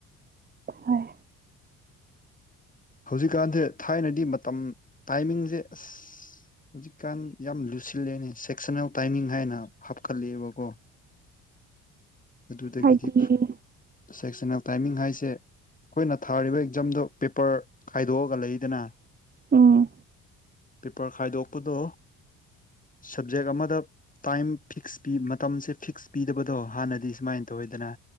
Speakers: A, on the right; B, on the left.
A: ꯍꯣꯏ
B: ꯍꯧꯖꯤꯛꯀꯥꯟꯁꯦ ꯊꯥꯏꯅꯗꯤ ꯃꯇꯝ ꯇꯥꯏꯃꯤꯡꯁꯦ ꯑꯁ ꯍꯧꯖꯤꯛꯀꯥꯟ ꯌꯥꯝ ꯂꯨꯁꯤꯜꯂꯦꯅꯦ ꯁꯦꯛꯁꯟꯅꯜ ꯇꯥꯏꯃꯤꯡ ꯍꯥꯏꯅ ꯍꯥꯞꯀꯠꯂꯛꯑꯦꯕꯀꯣ ꯑꯗꯨꯗꯒꯤꯗꯤ
A: ꯍꯥꯏꯗꯤ
B: ꯁꯦꯛꯁꯟ ꯑꯣꯐ ꯇꯥꯏꯃꯤꯡ ꯍꯥꯏꯁꯦ ꯑꯩꯈꯣꯏꯅ ꯊꯥꯔꯤꯕ ꯑꯦꯛꯖꯥꯝꯗꯣ ꯄꯦꯄꯔ ꯈꯥꯏꯗꯣꯛꯑꯒ ꯂꯩꯗꯅ
A: ꯎꯝ
B: ꯄꯦꯄꯔ ꯈꯥꯏꯗꯣꯛꯄꯗꯣ ꯁꯞꯖꯦꯛ ꯑꯃꯗ ꯇꯥꯏꯝ ꯐꯤꯛꯁ ꯄꯤ ꯃꯇꯝꯁꯦ ꯐꯤꯛꯁ ꯄꯤꯗꯕꯗꯣ ꯍꯥꯟꯅꯗꯤ ꯁꯨꯃꯥꯏꯅ ꯇꯧ ꯑꯣꯏꯗꯅ